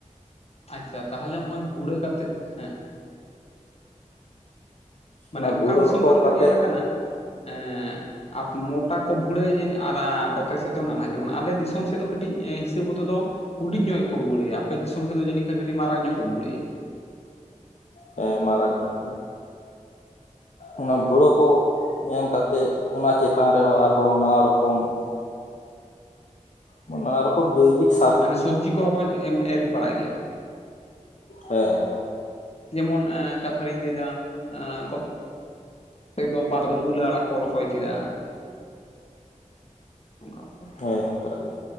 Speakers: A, on the left; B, on the left.
A: ᱟᱪᱪᱷᱟ ᱛᱟᱦᱚᱞᱮ ᱦᱚᱜᱼᱚᱭ ᱵᱷᱩᱲᱟᱹ ᱠᱟᱛᱮᱫ ᱦᱮᱸ᱾ ᱢᱟᱱᱮ
B: ᱚᱱᱟ ᱵᱷᱩᱲᱟᱹ
A: ᱚᱠᱟ ᱫᱤᱥᱚᱢ
B: ᱠᱚ
A: ᱠᱚᱨᱮ
B: ᱠᱟᱛᱮᱜ
A: ᱫᱚ ᱧᱮᱞ ᱠᱟᱱᱟ ᱮᱻ ᱟᱨ ᱢᱚᱴᱟ ᱠᱚ ᱵᱷᱩᱲᱟᱹᱭ ᱟᱨ ᱠᱚᱛᱮ ᱥᱮᱫ ᱫᱚ ᱱᱟᱱᱦᱟ ᱡᱮᱢᱚᱱ ᱟᱞᱮ ᱫᱤᱥᱚᱢ ᱥᱮᱫ ᱫᱚ ᱠᱟᱹᱴᱤᱡ ᱦᱤᱥᱟᱹᱵᱽ ᱢᱚᱛᱚ ᱫᱚ ᱦᱩᱰᱤᱧ ᱧᱚᱜ ᱠᱚ ᱵᱷᱩᱲᱟᱹᱭᱟ᱾ ᱟᱯᱮ ᱫᱤᱥᱚᱢ ᱥᱮᱫ ᱫᱚ ᱡᱟᱹᱱᱤᱡ ᱠᱷᱟᱱ ᱠᱟᱹᱴᱤᱡ ᱢᱟᱨᱟᱝ ᱧᱚᱜ ᱠᱚ ᱵᱷᱩᱲᱟᱹᱭᱟ᱾
B: ᱦᱮᱸ ᱢᱟᱨᱟᱝ ᱧᱚᱜ ᱜᱮ᱾ ᱚᱱᱟ ᱵᱷᱩᱲᱟᱹ ᱠᱚ ᱮᱢ ᱠᱟᱛᱮᱜ, ᱚᱱᱟ ᱪᱮᱛᱟᱱ ᱨᱮᱦᱚᱸ ᱟᱨᱦᱚᱸ ᱱᱟᱱᱟ ᱨᱚᱠᱚᱢ ᱢᱟᱱᱮ ᱱᱟᱱᱟ ᱨᱚᱠᱚᱢ ᱜᱟᱹᱭᱵᱤᱠᱥ
A: ᱢᱟᱱᱮ ᱥᱚᱵᱽᱡᱤ ᱠᱚᱦᱚᱸ ᱠᱚ ᱮᱢ ᱮᱨ ᱵᱟᱲᱟᱭ ᱜᱮᱭᱟ ᱾
B: ᱦᱮᱸ ᱾
A: ᱡᱮᱢᱚᱱ ᱮᱸ ᱠᱟᱛᱷᱟ ᱨᱤᱧ ᱞᱟᱹᱭᱫᱟ, ᱮᱸ ᱠᱚᱛ <unintelligible> ᱫᱚ ᱵᱟᱲ ᱨᱮᱫᱚ ᱢᱩᱞᱟᱹ ᱟᱲᱟᱜ ᱠᱚ ᱨᱚᱦᱚᱭ ᱠᱮᱫᱟ ᱾ <unintelligible>
B: ᱦᱮᱸ ᱚᱱᱠᱟ ᱜᱮ᱾